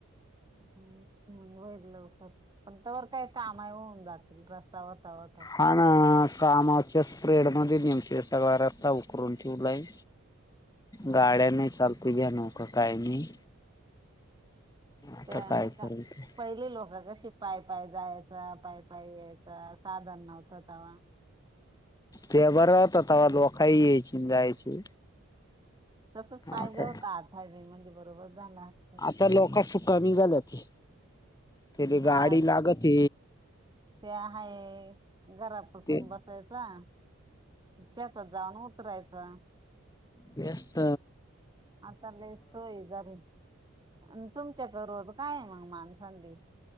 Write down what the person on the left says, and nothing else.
हा ना कामाच्या प्रेड मध्ये नेमक सगळा रस्ता उकरून ठेवलाय. गाड्यांनो चालती घेणं का काय नाही. आता
काय
करायचं
ते बर होत तवा लोक यायची अन जायची.
आता
त लोक सुखामी झालं ती ते ले
गाडी लागती.
ते
तेच त